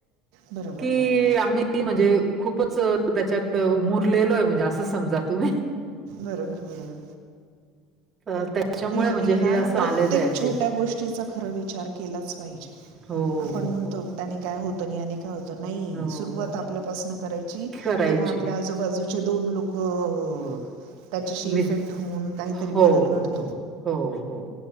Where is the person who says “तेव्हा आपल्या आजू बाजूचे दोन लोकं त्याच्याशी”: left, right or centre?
Right